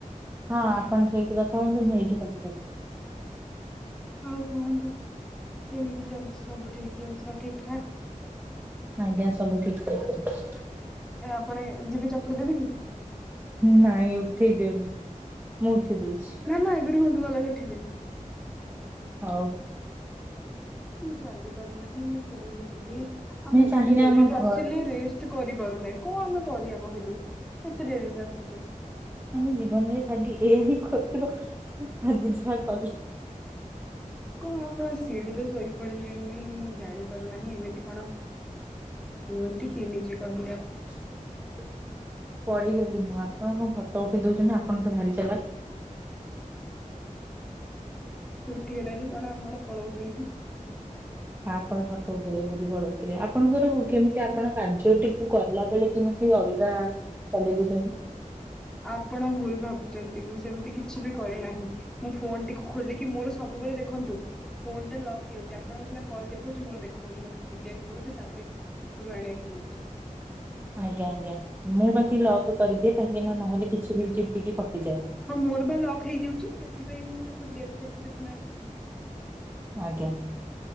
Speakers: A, on the right (about 15°); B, in the centre.
A: ହଁ ଆପଣ ସେଇଠି କଥା ହୁଅନ୍ତୁ ମୁଁ ଏଇଠି କଥାହେବି।
B: ହଉ କୁହନ୍ତୁ କେମିତି ଚାଲିଛି ସବୁ ଠିକ ଜିନିଷ ଠିକ୍ ଠାକ୍
A: ଆଜ୍ଞା ସବୁ ଠିକ <inaudible> ଚାଲିଚି।
B: ଏ ଆପଣ ଏ ଯିବି ଚକୁଡି ଦେବେ କି?
A: ନାଇଁ ଉଠେଇ ଦିଅନ୍ତୁ। ମୁଁ ଉଠେଇ ଦଉଛି
B: ନା ନା ଏବେ ରୁହନ୍ତୁ ଗଲାଳେ ଉଠେଇଦେବି।
A: ହଉ
B: ମୁଁ ଚାଲି ପାରୁନାହିଁ ମୁଁ କେମିତି ଯିବି? ଆମେ ଏତେ
A: ଚାହିଁଲେ
B: ଡେରିରେ
A: ଆମ ଘରେ
B: ଆସିଲେ ରେଷ୍ଟ କରିପାରୁନେ କଣ ଆମେ କରିବା କହିଲୁ। କେତେ ଡେରିରି ଆସୁଛ।
A: ଆମେ ଜୀବନରେ ଖାଲି ଏୟା ହିଁ କରୁଥିବ ଆଜି ଯାହା କଲ
B: କଣ ଆପଣ ସିଡିିରେ ଶୋଇପଡିଲେଣିି ମୁଁ ଜାଣିପାରୁନାହିଁ ଏମିତି କଣ କୁହନ୍ତି କି ନିଜେ କହିଲେ ଆ
A: <inaudible> ପଡିଗଲି ମୁଁ ଆପଣଙ୍କଣ ଫଟ ଉଠେଇ ଦଉଛନ୍ତି ଆପଣ ତ ଭାରି ଚାଲାକ୍।
B: ସେ ଉଠି ଗଲାଣି କଣ ଆପଣ ପଳଉଛନ୍ତି?
A: ଆପଣ ଫଟୋ ଉଠିଇଦେବେ ବୋଲି ପଳଉ ଥିଲି ଆପଣଙ୍କର କେମିତି ଆପଣ କାର୍ଯ୍ୟଟିକୁ କଲା ବେଳେ କେମିତି ଅଲଗା ଚଲେଇ ଦଉଛନ୍ତି।
B: ଆପଣ ଭୁଲ ଭାବୁଛନ୍ତି ମୁଁ ସେମିତି କିଛି ବି କରିନାହିଁ। ମୁଁ ଫୋନ ଟି ଖୋଲିକି ମୋର ସବୁବେଳେ ଦେଖନ୍ତୁ। ଫୋନ ଟା ଲକ୍ ହେଇଯାଉଛି ଆପଣଙ୍କ ସେରା କଲ ଦେଖଉଛି ମୋର ଦେଖଉନି ମତେ ଖୋଲିବାକୁ ପଡୁଛି ତାପରେ ଉପରୁ ଆଣିବାକୁ ପଡୁଛି।
A: ଆଜ୍ଞା ଆଜ୍ଞା ମୁଁ ବା କି ଲକ୍ କରିଦିଏ କାହିଁକି ନା ନହେଲେ କିଛି ବି ଯିପିକି କଟିଯାଏ।
B: ହଁ ମୋର ବା ଲକ୍ ହେଇଯାଉଛି ସେଥିପାଇଁ ମୁଁ ଏତେ ଖୋଲିବାକୁ ପଡୁଛି ଦେଖୁନାହାନ୍ତି।
A: ଆଜ୍ଞା।